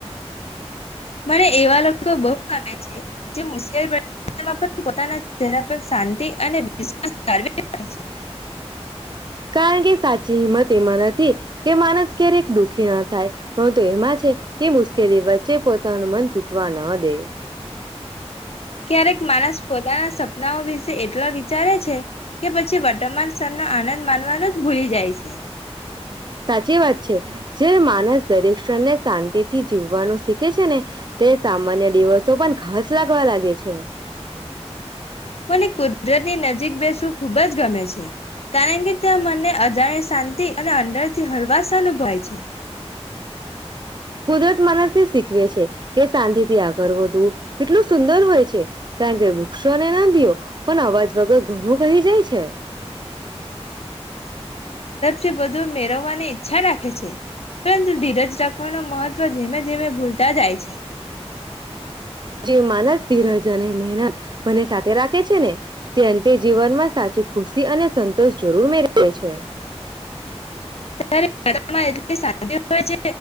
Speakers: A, on the left; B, on the right.
A: મને એવા લોકો બહુ ગમે છે, જે મુશ્કેલ પડે એમાં પણ પોતાના ચહેરા પર શાંતિ અને વિશ્વાસ ધારવી <unintelligible>
B: કારણ કે સાચી હિંમત એમાં નથી કે માનસ ક્યારેક દુઃખી ન થાય, પરંતુ એમાં છે કે મુશ્કેલી વચ્ચે પોતાનું મન તૂટવા ન દે.
A: ક્યારેક માણસ પોતાાના સપનાઓ વિશે એટલા વિચારે છે કે પછી વર્તમાન સ્તર નો આનંદ માનવાનું જ ભૂલી જાય છે.
B: સાચી વાત છે. જે માનસ દરેક શિક્ષણ ને શાંતિથી જીવવાનું શીખે છે ને તે સામાન્ય દિવસો પણ ખાસ લાગવા લાગે છે.
A: મને કુદરતની <unintelligible> બેસવું ખુબ જ ગમે છે. છે, કારણ કે <unintelligible> મને અજાણ્ય શાંતિ અને અંદર થી હરવાસ અનુભવાય છે.
B: કુદરત માણસથી શીખવે છે કે શાંતીથી આગળ વધવું કેટલું સુંદર હોય છે, કારણ કે વૃક્ષો ને નદીઓ પણ અવાજ વગર ઘણું કહી જાય છે.
A: જે બધું મેળવવાની ઈચ્છા રાખે છે, પરંતુ ધીરજ રાખવાનું મહત્વ ધીમે ધીમે ભૂલ તા જાય છે.
B: જે માનસ ધીરજ અને મહેનત બને સાથે રાખે છે ને તે અંતે જીવનમાં સાચી ખુશી અને સંતોષ જરૂર મેળ છે.
A: ત્યારે <inaudible> એટલી શાંત હોય છે